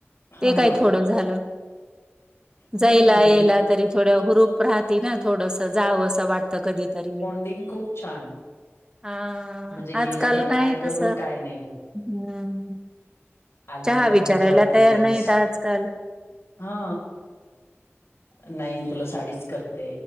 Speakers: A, on the left; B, on the right.
A: हा
B: ते काय थोडं झालं. जायला
A: नाही नाही त्यां
B: यायला तरी थोड्या हुरूप राहत -- ते ना थोडस जावसं वाटत कधीतरी.
A: डींग खूप छान.
B: हा
A: म्हणजे गेलं
B: आजकाल
A: का
B: नाही
A: काय करून
B: तस हम्म.
A: काय नाही आली
B: चहा
A: तर
B: विचारायला
A: हा चार दिवस
B: तयार नाहीत आजकाल
A: हा नाही तुला साडीच करते